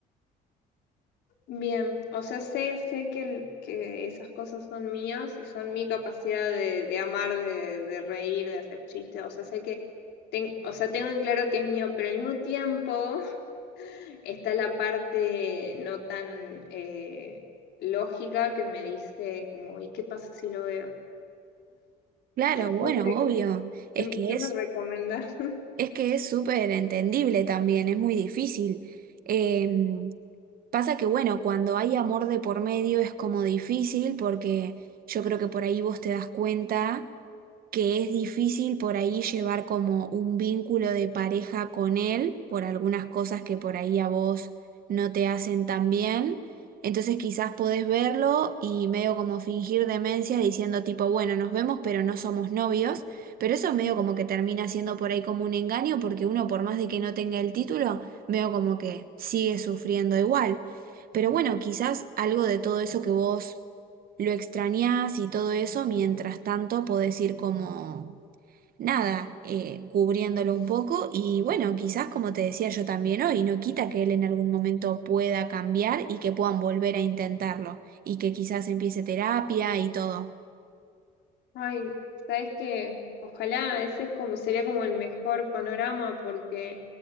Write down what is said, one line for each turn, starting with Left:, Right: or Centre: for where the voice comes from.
Left: Bien, o sea, sé, sé que, el- que esas cosas son mías y son mi capacidad de, de amar, de, de reír, de hacer chistes, o sea, sé que, ten- o sea, tengo en claro que es mío, pero al mismo tiempo <laughs> está la parte no tan eh, lógica que me dice como, ¿y qué pasa si lo veo?
Right: Claro, bueno,
Left: No sé,
Right: obvio, es
Left: ¿qué,
Right: que
Left: qué
Right: es...
Left: me recomiendas?
Right: Es que es súper entendible también, es muy difícil. Em, pasa que, bueno, cuando hay amor de por medio es como difícil porque yo creo que por ahí vos te das cuenta que es difícil por ahí llevar como un vínculo de pareja con él por algunas cosas que por ahí a vos no te hacen tan bien. Entonces quizás podés verlo y medio como fingir demencia diciendo tipo, bueno, nos vemos pero no somos novios. Pero eso medio como que termina siendo por ahí como un engaño, porque uno por más de que no tenga el título, veo como que sigue sufriendo igual. Pero bueno, quizás algo de todo eso que vos lo extrañás y todo eso, mientras tanto podés ir como nada, eh, cubriéndolo un poco. Y bueno, quizás como te decía yo también hoy, no quita que él en algún momento pueda cambiar y que puedan volver a intentarlo y que quizás empiece terapia y todo.
Left: Ay, sabes que ojalá ese es como sería como el mejor panorama porque